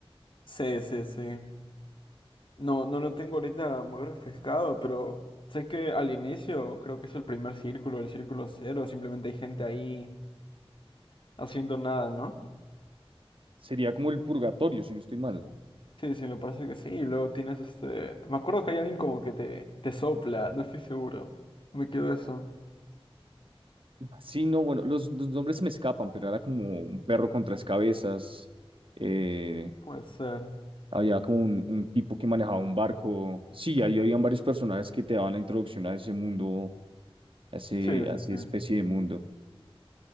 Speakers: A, on the left (about 55°); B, on the right (about 60°).
A: sí, sí, sí. No, no lo tengo ahorita muy refrescado, pero sé que al inicio creo que es el primer círculo, el círculo cero. Simplemente hay gente ahí haciendo nada, ¿no?
B: Sería como el purgatorio, si no estoy mal.
A: Sí, sí, me parece que sí. Y luego tienes este... Me acuerdo que hay alguien como que te, te sopla, no estoy seguro. Me quedo eso.
B: Sí, no, bueno, los, los nombres se me escapan, pero era como un perro con tres cabezas. eh,
A: Puede ser.
B: había como un, un tipo que manejaba un barco. Sí, ahí habían varios personajes que te daban la introducción a ese mundo, a ese,
A: Sí, sí,
B: a esa
A: sí.
B: especie de mundo.